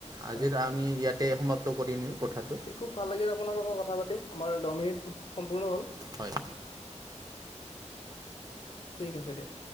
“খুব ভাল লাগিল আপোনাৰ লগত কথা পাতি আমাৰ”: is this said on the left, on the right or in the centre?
Left